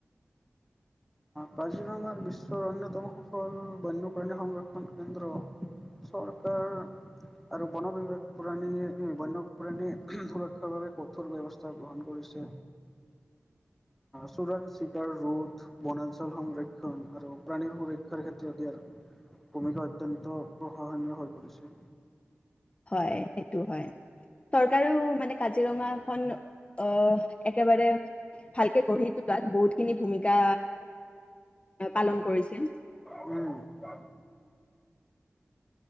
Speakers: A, in the centre; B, on the left (about 25°).
A: কাজিৰঙাৰ বিশ্বৰ অন্যতম সফল বন্যপ্ৰাণী সংৰক্ষণ কেন্দ্ৰ চৰকাৰ আৰু বন বিভাগ প্ৰাণী বন্যপ্ৰাণী সুৰক্ষাৰ বাবে কঠোৰ ব্যৱস্থা গ্ৰহণ কৰিছে চোৰাং চিকাৰ ৰোড বনাঞ্চল ফচল সংৰক্ষণ আৰু প্ৰাণীৰ সুৰক্ষাৰ ক্ষেত্ৰত ইয়াৰ ভূমিকা অত্যন্ত প্ৰশাসনীয় হৈ পৰিছে
B: হয় সেইটো হয় চৰকাৰেও মানে কাজিৰঙাখন আহ একেবাৰে ভালকে গঢ়ি তোলাত বহুতখিনি ভূমিকা পালন কৰিছে
A: উম